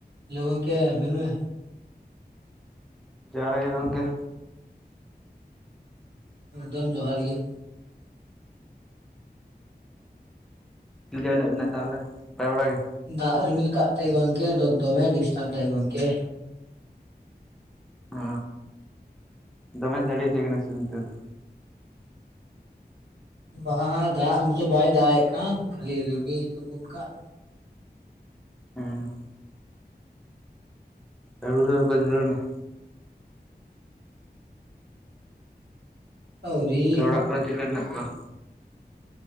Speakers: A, on the right (about 80°); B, in the centre.
A: Hello ᱜᱚᱝᱠᱮ ᱢᱮᱱ ᱢᱮ
B: ᱡᱚᱦᱟᱨ ᱜᱮ ᱜᱚᱝᱠᱮ
A: ᱮᱠᱫᱚᱢ ᱡᱚᱦᱟᱨ ᱜᱮ
B: ᱪᱤᱫ ᱞᱮᱠᱟ ᱢᱮᱱᱟᱜ ᱵᱮᱱᱟ ᱛᱟᱦᱞᱮ ᱱᱟᱯᱟᱭ ᱵᱟᱲᱟ ᱜᱮ
A: ᱫᱟᱜ ᱨᱤᱢᱤᱞ ᱠᱟᱜᱛᱮᱭ ᱜᱚᱝᱠᱮ ᱟᱫᱚ ᱫᱚᱢᱮᱭ ᱰᱤᱥᱴᱟᱵ ᱫᱟᱭ ᱜᱚᱝᱠᱮ
B: ᱚ ᱫᱚᱢᱮᱭ ᱡᱟᱹᱲᱤᱭᱟᱯᱮ ᱠᱟᱱᱟ ᱥᱮ ᱪᱮᱫ‌ ᱚᱱᱛᱮ ᱫᱚ
A: ᱵᱟᱦᱟ‌ ᱫᱟᱜ ᱱᱫᱛᱮ ᱵᱟᱭ ᱫᱟᱜ-ᱮᱫ ᱠᱟᱱ ᱠᱷᱟᱞᱤᱭ ᱨᱵᱤᱞ ᱛᱩᱠᱩᱱ ᱠᱟᱫ
B: ᱦᱩᱸ ᱦᱩᱲᱩ ᱨᱚᱦᱚᱭ ᱯᱮ ᱫᱷᱩᱨᱟᱹᱣᱮᱱᱟ
A: ᱟᱹᱣᱨᱤ
B: ᱛᱚ, ᱚᱲᱟᱜ ᱠᱚᱨᱮ ᱪᱮᱫ ᱞᱮᱠᱟ ᱢᱮᱱᱟᱜ ᱠᱚᱣᱟ